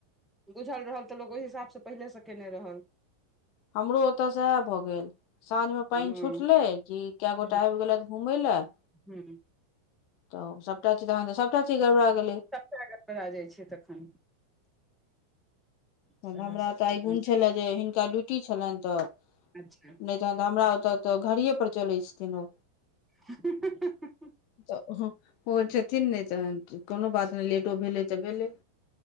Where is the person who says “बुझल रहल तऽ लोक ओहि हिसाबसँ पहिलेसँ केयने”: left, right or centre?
Centre